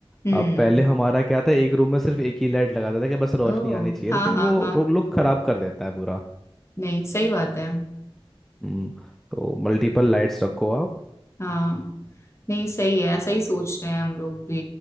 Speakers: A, on the left (about 30°); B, in the centre.
A: हम्म
B: अब पहले हमारा क्या था एक रूम में सिर्फ एक ही लाइट लगाता था कि बस रोशनी
A: ओ
B: आनी चाहिए
A: हाँ
B: लेकिन
A: हाँ
B: वो
A: हाँ हाँ।
B: लुक खराब कर देता है पूरा
A: नहीं सही बात है
B: हम्म तो मल्टीपल लाइट्स रखो आप
A: हाँ नहीं सही है ऐसा ही सोचते हैं हम लोग भी